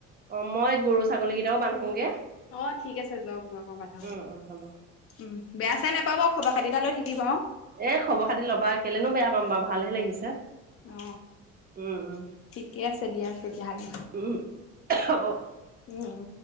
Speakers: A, on the right; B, on the left.
A: অ মই গৰু ছাগলীকেইটাও বান্ধোগে।
B: অ ঠিক আছে যাওক যাওক। ই দ
A: উম, উম, হ'ব।
B: উম বেয়া চাই নাপাব খবৰ খাতি এটা লৈ থাকিব আৰু
A: এ খবৰ খাতি ল'বা কেলেনো বেয়া পাম বা ভালহে লাগিছে।
B: অ
A: উম, উম,
B: ঠিকে আছে দিয়াক তেতিয়াহলে
A: উম, হ'ব।
B: উম